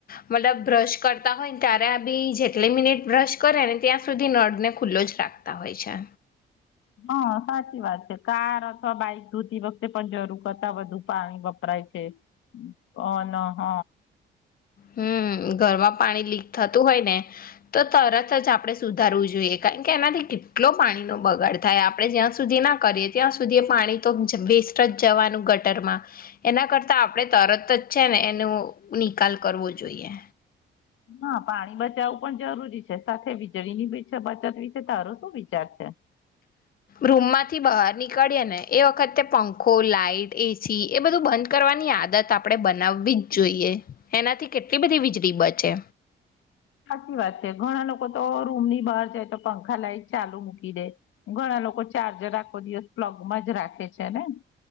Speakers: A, on the left; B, on the left.
A: મતલબ બ્રશ કરતા હોય ને ત્યારે આ બી જેટલી મિનિટ બ્રશ કરે ને ત્યાં સુધી નળને ખુલ્લો જ રાખતા હોય છે.
B: હા સાચી વાત છે કાર અથવા બાઈક ધોતી વખતે પણ જરૂર કરતા બધું પાણી વપરાય છે અ ન હ
A: હમ ઘરમાં પાણી લીક થતું હોય ને તો તરત જ આપણે સુધારવું જોઈએ કારણ કે એનાથી કેટલો પાણીનો બગાડ થાય આપણે જ્યાં સુધી ના કરીએ ત્યાં સુધી પાણી તો વેસ્ટ જ જવાનું ગટરમાં એના કરતા આપણે તરત જ છે ને એનો નિકાલ કરવું જોઈએ.
B: હા પાણી બચાવવું પણ જરૂરી છે સાથે વીજળી ની બી છે બચત વિશે તારો શું વિચાર છે.
A: રૂમમાંથી બહાર નીકળીએ ને એ વખતે પંખો લાાઈટ એસી એ બધું બંધ કરવાની આદત આપણે બનાવવી જ જોઈએ એનાથી કેટલી બધી વીજળી બચે
B: સાચી વાત છે ઘણા લોકો તો રૂમ ની બહાર જાય તો પંખા લાઈટ ચાલુ મૂકી દે ઘણા લોકો ચાર્જર આખો દિવસ પ્લગમાં જ રાખે છે ને